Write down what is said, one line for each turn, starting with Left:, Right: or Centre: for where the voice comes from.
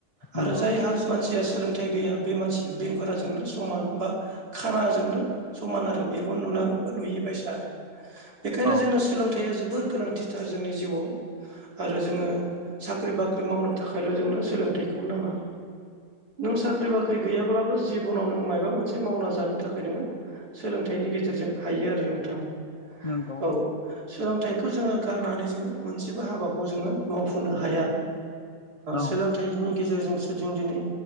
Left: नंगौ
Right: आरो जायहा मानसिया सोलोंथाइ गैया बे मानसिया बेंगुराजोंनो समान बा खानाजोंनो समान आरो मेगन नुनानैबो नुयिबायसा आरो। बेखायनो
Left: औ
Right: जोंनो सोलोंथाइया जोबोर गोनांथिथार जोंनि जिउआव आरो जोङो साख्रि बाख्रि मावनो थाखायल' जोंनो सोलोंथाइखौ नाङा। नों साख्रि बाख्रि गैयाब्लाबो जिबनाव नों मायाबा मोनसे मावना जा जानो थाखाय नोङो सोलोंथाइनि गेजेरजों हायो आरो नोंथां
Left: नंगौ
Right: औ सोलोंथाइखौ जोङो गारनानै जोङो मोनसेबो हाबाखौ जोङो मावफुंनो हाया।
Left: औ
Right: सोलोंथाइनि गेजेरजोंसो जों दिनै